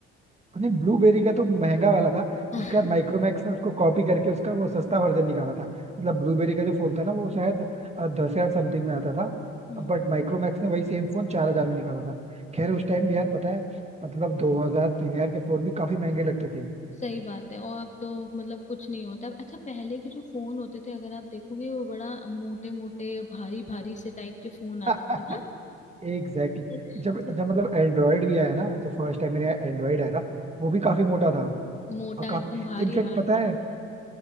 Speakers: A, on the right; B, on the left.
A: नहीं ब्लूबेरी का तो महंगा वाला था
B: <laughs>
A: उसके बाद माइक्रोमैक्स ने उसको कॉपी करके उसका वो सस्ता वर्जन निकाला था मतलब ब्लूबेरी का जो फोन था ना वो शायद दस हजार समथिंग में आता था
B: हम्म
A: बट माइक्रोमैक्स ने वही सेम फोन चार हजार में निकाला था खैर उस टाइम भी यार पता है मतलब दो हजार तीन हजार के फोन भी काफी महंगे लगते थे
B: सही बात है और अब तो मतलब कुछ नहीं होता अब अच्छा पहले के जो फोन होते थे अगर आप देखोगे वो बड़ा मोटे मोटे भारी भारी से टाइप के फोन आते
A: <laughs>
B: थे
A: Exactly exactly.
B: ना
A: जब
B: <laughs>
A: जब मतलब एंड्रॉयड भी आया ना जब फर्स्ट टाइम मैंने एंड्रॉयड आया था वो भी काफी मोटा था
B: मोटा
A: और
B: अब
A: काफी
B: एकदम भारी
A: इनफेक्ट
B: हाथ
A: पता
B: दर्द
A: है
B: होते